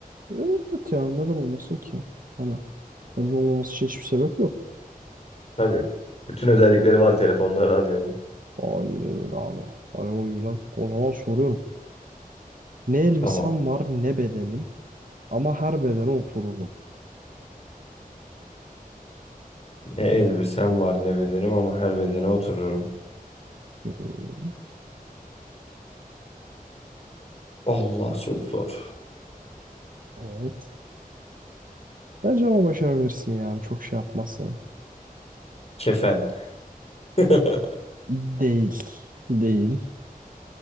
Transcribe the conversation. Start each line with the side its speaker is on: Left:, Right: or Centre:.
Right: Evet yani neden olmasın ki? Hani bence olmaması için hiçbir sebep yok.
Left: Tabii. Bütün özellikleri var telefonda, radyonun.
Right: Aynen öyle abi. Hani o yüzden o zaman soruyorum. Ne elbisem
Left: Tamam.
Right: var ne bedenim ama her bedene otururum.
Left: Ne elbisem var ne bedenim ama her bedene otururum.
Right: <laughs> Hı hı.
Left: Allah çok zor.
Right: Evet. Bence ama başarabilirsin yani. Çok şey yapmaz sana.
Left: Kefen. <laughs>
Right: Değil. Değil.